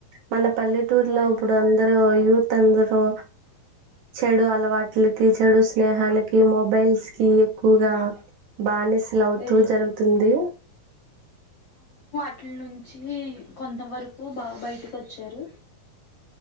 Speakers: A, on the right; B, on the left.
A: మన పల్లెటూరులో
B: వారిని
A: ఇప్పుడు అందరూ యూత్ <unintelligible> ఒ చెడు అలవాట్లకి చెడు స్నేహానికి మొబైల్స్ కి ఎక్కువగా బానే బానిసలవుతూ
B: ఎడిట్
A: జరుగుతుంది
B: అటిల నుంచి కొంతవరకు బా బయటకు వచ్చారు